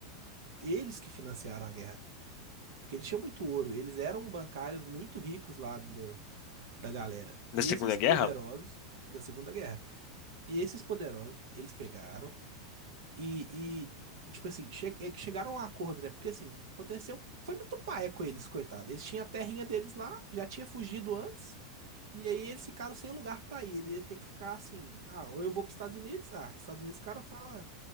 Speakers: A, on the right; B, on the left.
A: Eles que financiaram a guerra. Porque eles tinham muito ouro. Eles eram bancários muito ricos lá do, da galera.
B: Da
A: E
B: Segunda
A: esses poderosos
B: Guerra?
A: da Segunda Guerra. E esses poderosos, eles pegaram, E, e, e, tipo assim, che- eh, chegaram a um acordo, né? Porque assim, aconteceu, foi muito paia com eles, coitado. Eles tinham a terrinha deles lá, já tinha fugido antes, e aí eles ficaram sem lugar pra ir. Ele ia ter que ficar assim, ah, ou eu vou pros Estados Unidos, ah, Estados Unidos o cara fala